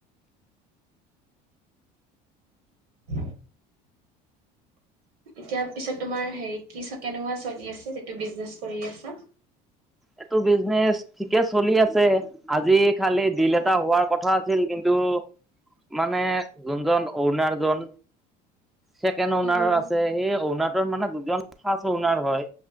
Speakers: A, on the right; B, in the centre.
A: <unintelligible> এতিয়া পিছত তোমাৰ হেৰি কি কেনেকুৱা চলি আছে যিটো বিজনেছ কৰি আছা
B: এইটো বিজনেচ ঠিকে চলি আছে আজি খালি দিল এটা হোৱাৰ কথা আছিল কিন্তু মানে যোনজন ঔণাৰজন ছেকেণ্ড অনাৰ
A: উম
B: আছে সেই ঔনাৰ মানে দুজন ফনাৰ হয়